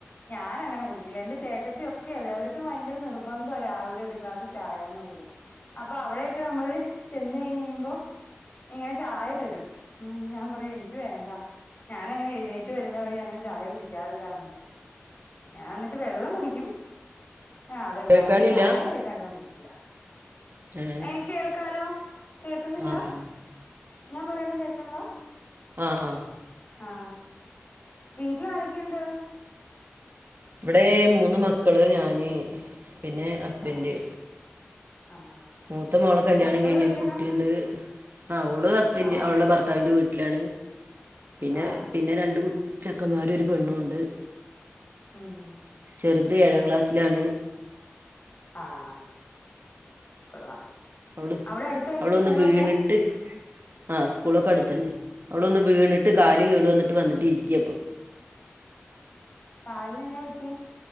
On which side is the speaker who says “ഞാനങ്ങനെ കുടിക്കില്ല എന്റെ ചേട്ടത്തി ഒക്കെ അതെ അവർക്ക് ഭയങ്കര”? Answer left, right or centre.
Left